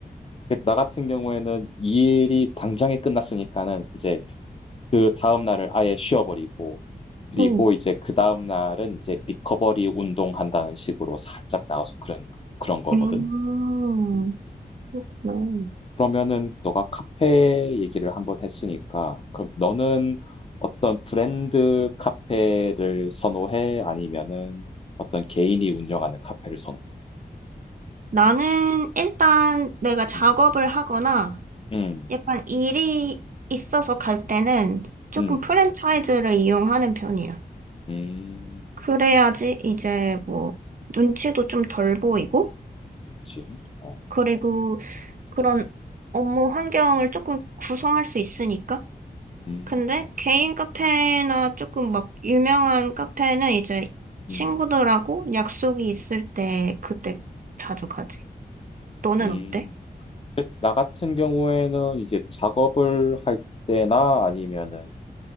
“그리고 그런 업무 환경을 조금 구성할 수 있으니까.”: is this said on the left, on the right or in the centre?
Right